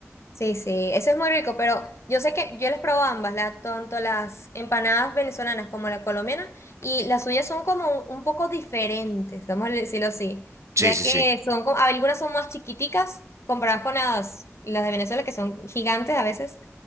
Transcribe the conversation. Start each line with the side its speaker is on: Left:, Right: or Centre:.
Left: Sí, sí, ese es muy rico, pero yo sé que yo les probo ambas, la, tanto las empanadas venezolanas como la colombiana, y las suyas son como un poco diferentes, vamos a decirlo así,
Right: Sí,
Left: ya
Right: sí,
Left: que
Right: sí.
Left: son como, algunas son más chiquiticas comparadas con las, las de Venezuela, que son gigantes a veces.